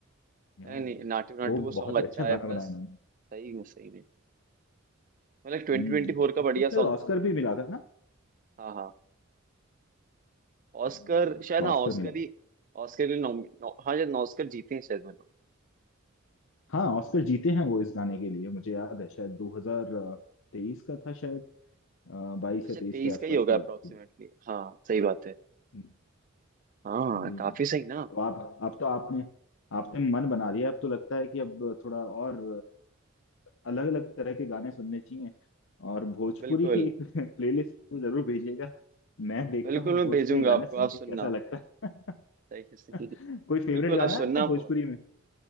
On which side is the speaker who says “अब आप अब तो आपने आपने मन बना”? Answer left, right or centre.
Left